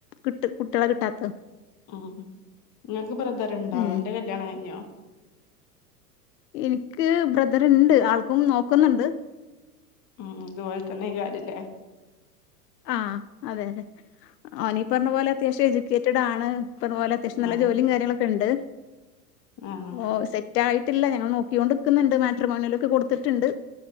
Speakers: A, on the left; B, on the left.
A: കിട്ട് കുട്ടികളെ കിട്ടാത്ത
B: ഉം നിങ്ങൾക്ക് ബ്രദർണ്ടോ
A: ഉം
B: എന്റെ കല്യാണം കഴിഞ്ഞോ
A: എനിക്ക് ബ്രദർ ഉണ്ട് ആൾക്കും നോക്കുന്നുണ്ട്
B: ഉം ഇതുപോലെ തന്നെക്കരില്ലേ
A: ആ അതെ അതെ ഓനീ പറഞ്ഞ പോലെ അത്യാവശ്യം എജുക്കേറ്റഡ് ആണ് ഈ പറഞ്ഞപോലെ അത്യാവശ്യം നല്ല
B: ആഹ്
A: ജോലിയും കാര്യങ്ങളൊക്കെ ഉണ്ട്
B: ആഹ്
A: ഒ സെ റ്റയിട്ടില്ല ഞങ്ങൾ നോക്കിക്കൊണ്ട്നിക്കുന്നുണ്ട് മാട്രമോണിയലൊക്കെ കൊടുത്തിട്ടുണ്ട്